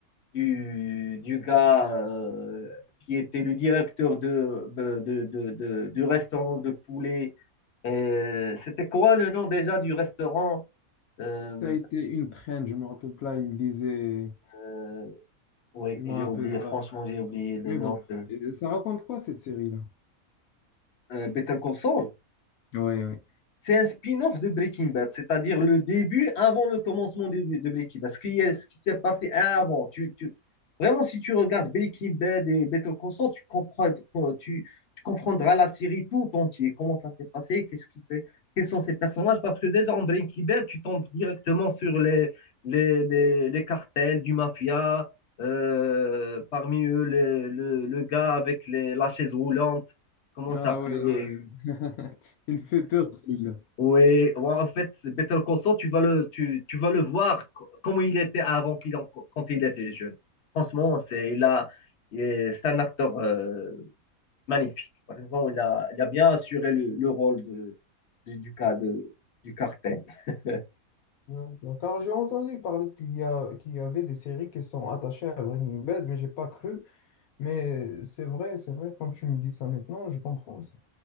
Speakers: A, on the left; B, on the left.
A: du, du gars euh, qui était le directeur de, de, de, de- de- du restaurant de poulet. Euh, C'était quoi le nom déjà du restaurant? Euh,
B: Ça a été une traîne, je me rappelle pas, il disait,
A: euh, oui,
B: je me
A: j'ai
B: rappelle
A: oublié,
B: pas.
A: franchement, j'ai oublié le
B: Mais
A: nom
B: bon,
A: de...
B: euh, ça raconte quoi cette série-là?
A: Euh, Better Call Saul.
B: Oui, oui.
A: C'est un spin-off de Breaking Bad, c'est-à-dire le début avant le commencement de, de Breaking Bad. Ce qui est ce qui s'est passé avant. Tu, tu- Vraiment, si tu regardes Breaking Bad et Better Call Saul, tu comprends, tu, tu comprendras la série tout entière. Comment ça s'est passé, qu'est-ce qui s'est- quels sont ces personnages. Parce que déjà en Breaking Bad, tu tombes directement sur les, les, les, les cartels du mafia, euh, parmi eux les- le, le gars avec les, la chaise roulante, comment
B: Ah
A: ça s'appelait?
B: ouais, le... <laughs> il fait peur celui-là.
A: Oui, ouais, en fait, Better Call Saul, tu vas le, tu, tu vas le voir co- comment il était avant qu'il en- quand il était jeune. Franchement, c'est, il a, il est, c'est un acteur euh, magnifique. Franchement, il a, il a bien assuré le, le rôle de, de- du cas de, du cartel. <laughs>
B: Ouais, ouais. Car j'ai entendu parler qu'il y a, qu'il y avait des séries qui sont attachées à Breaking Bad, mais j'ai pas cru. Mais c'est vrai, c'est vrai, quand tu me dis ça maintenant, je comprends ça.